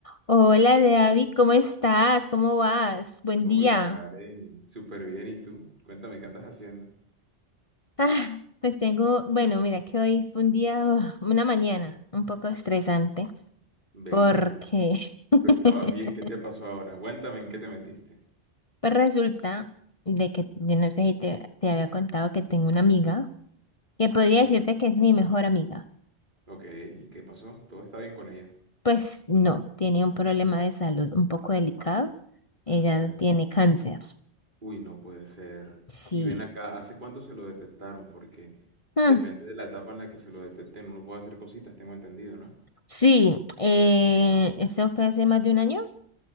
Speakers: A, on the left (about 30°); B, on the right (about 45°).
A: Hola, David, ¿cómo estás? ¿Cómo vas? Buen
B: Hola
A: día.
B: Karen, súper bien. ¿Y tú? Cuéntame, ¿qué andas haciendo?
A: Ah, pues tengo, bueno, mira que hoy fue un día, oh, una mañana un poco estresante
B: Ve,
A: porque
B: ¿y por qué?
A: <laughs>
B: Tú estabas bien, ¿qué te pasó ahora? Cuéntame, ¿en qué te metiste?
A: pues resulta de que yo no sé si te, te había contado que tengo una amiga que podría
B: Ujú.
A: decirte que es mi mejor amiga.
B: Ok, ¿y qué pasó? ¿Todo está bien con ella?
A: Pues no, tiene un problema de salud un poco delicado. Ella
B: Anda.
A: tiene cáncer.
B: Uy, no puede ser.
A: Sí.
B: Y ven acá, ¿hace cuánto se lo detectaron? Porque
A: Mm,
B: depende de la etapa en la que se lo detecten, uno puede hacer cositas, tengo entendido, ¿no?
A: sí, eh, eso fue hace más de un año.